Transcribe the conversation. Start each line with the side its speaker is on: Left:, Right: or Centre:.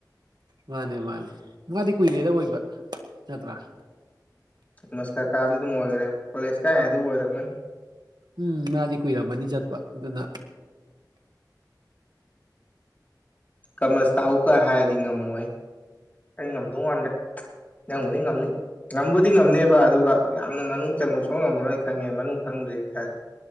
Right: ꯃꯥꯅꯦ ꯃꯥꯅꯦ ꯃꯥꯗꯤ ꯀꯨꯏꯔꯦꯗ ꯑꯣꯏꯕ ꯅꯠꯇ꯭ꯔꯥ
Left: ꯃꯥꯁꯇꯔ ꯀꯥꯕꯗꯩ ꯑꯗꯨꯝ ꯑꯣꯏꯒꯔꯦꯕ ꯀꯣꯂꯦꯖ ꯀꯥꯏꯀꯥꯟꯗꯒꯤꯕꯨ ꯑꯣꯏꯔꯝꯃꯥꯅꯤ
Right: ꯎꯝ ꯃꯥꯗꯤ ꯀꯨꯏꯔꯝꯃꯅꯤ ꯆꯠꯄ ꯑꯗꯨꯅ
Left: ꯀꯥꯃꯁ ꯇꯥꯛꯎꯒ ꯍꯥꯏꯔꯗꯤ ꯉꯝꯃꯣꯏꯍꯦ ꯑꯩ ꯉꯝꯗꯧ ꯃꯥꯟꯗꯦ ꯅꯪꯕꯨꯗꯤ ꯉꯝꯅꯤ ꯉꯝꯕꯨꯗꯤ ꯉꯝꯅꯤꯕ ꯑꯗꯨꯒ ꯌꯥꯝꯅ ꯃꯅꯨꯡ ꯆꯪꯕ ꯁꯨꯡꯉꯝ ꯉꯝꯃꯥꯔꯣꯏ ꯈꯪꯉꯦ ꯃꯅꯨꯡ ꯈꯪ ꯈꯪꯗꯦꯕ ꯏꯁꯥꯖꯦ